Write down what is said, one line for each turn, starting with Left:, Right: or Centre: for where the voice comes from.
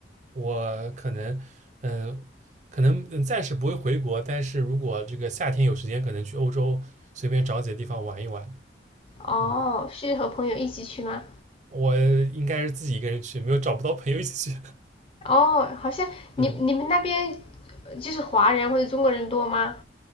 Right: 我可能嗯呃可能嗯暂时不会回国，但是如果这个夏天有时间，可能去欧洲随便找几个地方玩一玩。
Left: 哦，
Right: 嗯，
Left: 是和朋友一起去吗？
Right: 我应该是自己一个人去，没有找不到朋友一起去。
Left: 哦，好像你你们那边
Right: <laughs> 嗯。
Left: 就是华人或者中国人多吗？